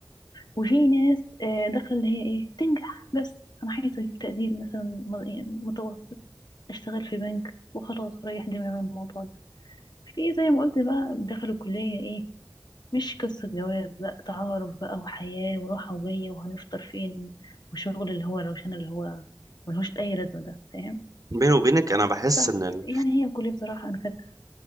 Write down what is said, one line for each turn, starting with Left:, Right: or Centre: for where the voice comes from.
Left: وفي ناس آه، داخلة اللي هي ايه تنجح بس انا عايزة اجيب تقدير مثلا م- إيه، متوسط اشتغل في بنك وخلاص وريح دماغي من الموضوع ده في زي ما قلت بقى دخلوا كلية ايه مش قصة جواز لا تعارف بقى وحياة وراحة وجاية وهنفطر فين وشغل اللي هو روشان اللي هو ملهوش أي لازمة ده فاهم
Right: بيني وبينك انا بحس
Left: ف
Right: ان
Left: يعني هي الكلية بصراحة أنا كانت